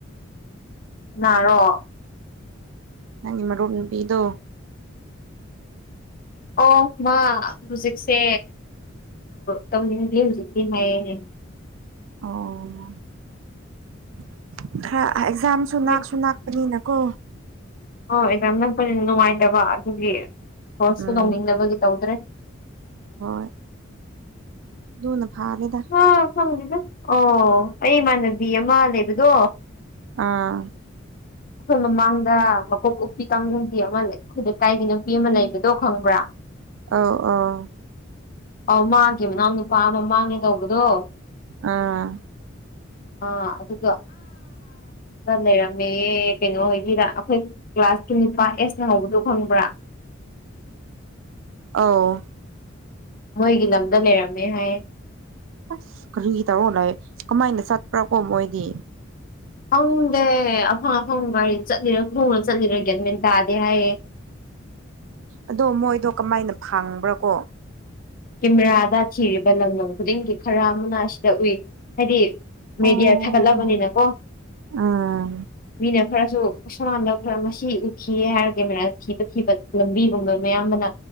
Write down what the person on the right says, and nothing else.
ꯅꯪꯒꯤ ꯃꯔꯨꯞ ꯅꯨꯄꯤꯗꯣ
ꯑꯣ ꯑꯦꯛꯖꯝ ꯁꯨꯅꯥ
ꯁꯨꯅꯥ ꯑꯗꯨꯅꯀꯣ
ꯎꯝ
ꯍꯣꯏ ꯑꯗꯨꯅ ꯐꯥꯔꯦꯗ
ꯑꯥ
ꯑꯥꯎ ꯑꯥꯎ
ꯑꯥ
ꯑꯥꯎ
ꯑꯁ ꯀꯔꯤ ꯇꯧꯔꯣꯅꯣꯣꯏ ꯀꯃꯥꯏꯅ ꯆꯠꯄ꯭ꯔꯥ ꯀꯣ ꯃꯣꯏꯗꯤ
ꯑꯗꯣ ꯃꯣꯏꯗꯣ ꯀꯃꯥꯏꯅ ꯐꯪꯕ꯭ꯔꯥ ꯀꯣ
ꯑꯣ
ꯑꯥ